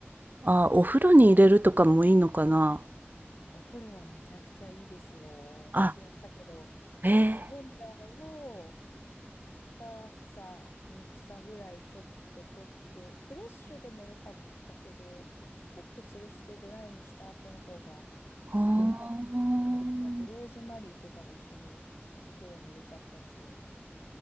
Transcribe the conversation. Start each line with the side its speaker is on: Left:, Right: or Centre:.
Right: あ、お風呂に入れるとかもいいのかな
Left: お風呂はめちゃくちゃいいですよ。私やったけど、
Right: あ、えー、
Left: ラベンダーを2房、3房ぐらいちょっと取って、フレッシュでもよかったけど、ちょっと吊るしてドライにした後の方がより良かったの。
Right: ほうんー
Left: あとローズマリーとかも一緒にお風呂に入れちゃったりして。